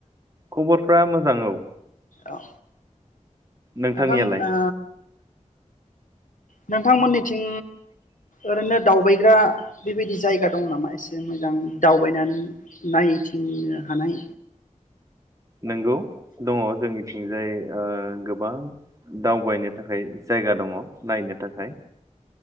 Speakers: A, on the right (about 25°); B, on the left (about 85°).
A: खबरफ्रा मोजां औ।
B: औ।
A: नोंथांनियालाय
B: नोंथां ओ नोंथांमोननि थिं ओरैनो दावबायग्रा बेबायदि जायगा दं नामा एसे मोजां दावबायनानै नायथिंनो हानाय
A: नंगौ दङ जोंनिथिंजाय ओ गोबां दावबायनो थाखाय जायगा दङ नायनो थाखाय